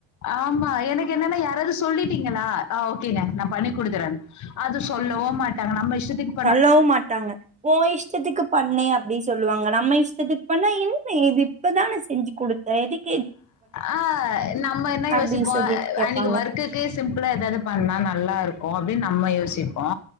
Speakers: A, on the left (about 45°); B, on the right (about 20°).
A: ஆமா எனக்கு என்னன்னா யாராவது சொல்லிட்டீங்களா ஆ ஓகேங்க நா பண்ணி குடுக்கறன் அது சொல்லவு மாட்டாங்க நம்ம இஷ்டத்துக்
B: சொல்லவு மாட்டாங்க ஒ இஷ்டத்துக்கு பண்ணே அப்டின் சொல்லுவாங்க நம்ம இஷ்டத்துக்கு பண்ண என்ன இது இப்பதா நா செஞ்சு குடுத்தே எதுக்
A: ஆ நம்ம என்ன யோசிப்போ
B: அப்டி சொல்லிட்டு கேப்பாங்க
A: அன்னைக் ஒர்குக் க்கு சிம்பிளா ஏதாவது பண்ணா நல்லா இருக்கு அப்டின் நம்ம யோசிப்போ